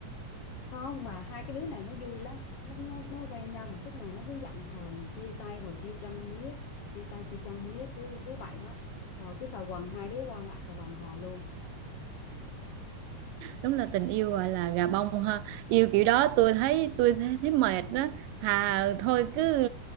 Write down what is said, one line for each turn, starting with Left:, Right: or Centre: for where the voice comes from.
Left: không mà hai cái đứa này nó vui lắm nó, nó, nó quen nhau mà suốt ngày nó cứ giận hờn chia tay rồi chia chân miết chia tay chia chân miết cứ cứ vậy đó rồi cứ xà quần hai đứa qua lại xà quần hoài luôn
Right: đúng là tình yêu gọi là gà bông ha yêu kiểu đó tôi thấy tôi thấy, thấy mệt đó thà thôi cứ